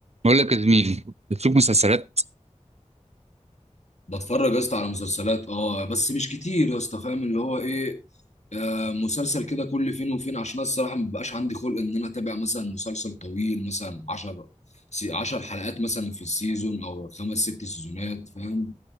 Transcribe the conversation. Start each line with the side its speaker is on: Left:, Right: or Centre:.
Right: بقول لك يا زميلي بتشوف مسلسلات
Left: بتفرج يا اسطى على مسلسلات اه بس مش كتير يا اسطى فاهم اللي هو ايه آه مسلسل كده كل فين وفين عشان أنا الصراحه ما بيبقاش عندي خلق ان انا اتابع مثلا مسلسل طويل مثلا 10 سي- 10 حلقات مثلا في السيزون او خمس ست سيزونات فاهم